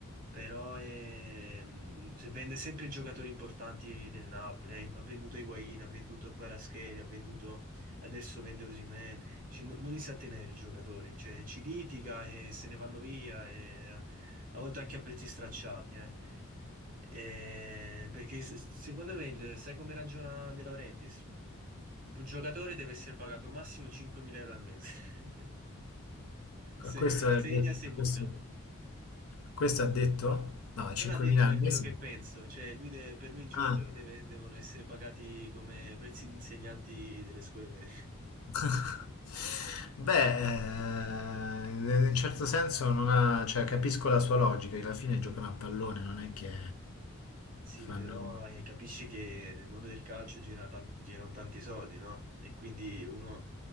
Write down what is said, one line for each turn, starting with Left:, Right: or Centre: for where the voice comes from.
Right: Però ehm, se vende sempre i giocatori importanti del Napoli, ha ha venduto Higuain, ha venduto Kvaratskhelia, ha venduto, adesso vende Osimhen, cioè, non, non li sa tenere i giocatori, cioè, ci litiga e se ne vanno via e a volte anche a prezzi stracciati, eh. Eh, perché se- secondo me, il- sai come ragiona De Laurentiis? Un giocatore deve essere pagato massimo 5.000 euro al mese. <laughs> Se,
Left: Questo
Right: se
Left: ha
Right: segna
Left: detto,
Right: 6.000.
Left: questo, questo ha detto? No, 5.000
Right: Non ha detto, ma
Left: al
Right: è
Left: mese?
Right: quello che penso. Cioè, lui de- per lui i giocatori
Left: Ah.
Right: deve- devono essere pagati come prezzi di insegnanti delle scuole medie.
Left: <laughs> Beh, eh, in un certo senso non ha, cioè, capisco la sua logica, che alla fine giocano a pallone, non è che
Right: Sì,
Left: fanno...
Right: però eh, capisci che nel mondo del calcio gira tan- girano tanti soldi, no? E quindi uno,